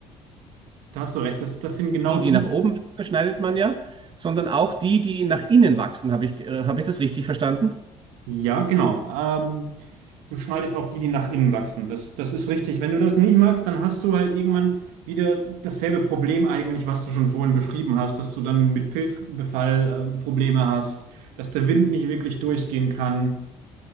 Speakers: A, on the right (about 80°); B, on the right (about 40°).
A: da hast du recht. Das, das sind genau
B: die,
A: die,
B: die nach oben wachsen, schneidet man ja, sondern auch die, die nach innen wachsen. Habe ich, äh, habe ich das richtig verstanden?
A: ja, genau. Ähm, du schneidest auch die, die nach innen wachsen. Das, das ist richtig. Wenn du das nicht magst, dann hast du halt irgendwann wieder dasselbe Problem eigentlich, was du schon vorhin beschrieben hast, dass du dann mit Pilzbefall, ähm, Probleme hast, dass der Wind nicht wirklich durchgehen kann.